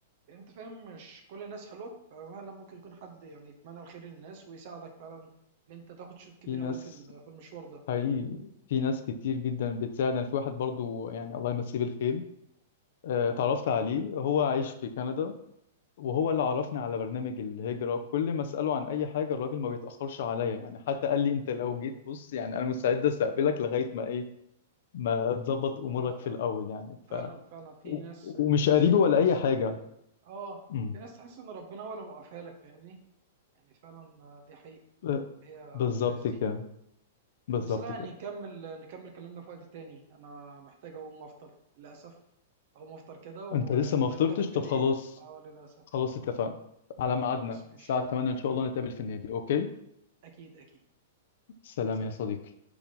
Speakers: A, on the right (about 55°); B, on the left (about 65°).
A: يعني انت فاهم مش كل الناس حلوه ففعلا ممكن يكون حد يعني يتمنى الخير للناس ويساعدك فعلا ان انت تاخد شوط كبير
B: في ناس
A: قوي في ال- في المشوار ده
B: حقيقي في ناس كتير جدا بتساعد انا في واحد برضو يعني الله يمسيه بالخير آه، اتعرفت عليه هو عايش في كندا وهو اللي عرفني على برنامج الهجرة كل ما أسأله عن أي حاجة الراجل ما بيتأخرش عليا يعني حتى قال لي أنت لو جيت بص يعني أنا مستعد أستقبلك لغاية ما إيه ما تظبط أمورك
A: لا لا
B: في الأول يعني
A: فعلا
B: ف
A: فعلا في
B: و-
A: ناس
B: ومش
A: في ناس
B: قريبي ولا
A: تحس
B: أي حاجة
A: إن- اه
B: امم
A: في ناس تحس ان ربنا هو اللي موقفها لك فاهمني يعني فعلا آه، دي حقيقه
B: ب-
A: هي
B: بالظبط
A: الناس دي
B: كده بالظبط
A: بس لا يعني
B: كده
A: نكمل نكمل كلامنا في وقت تاني انا محتاج اقوم افطر للاسف اقوم افطر كده ونبقى
B: أنت لسه ما فطرتش
A: نتقابل بالليل
B: طب خلاص
A: اه للاسف
B: خلاص اتفقنا على ميعادنا
A: خلاص ماشي
B: الساعة 8 إن
A: اكيد
B: شاء الله نتقابل في النادي أوكي
A: اكيد اكيد
B: سلام
A: سلام
B: يا صديقي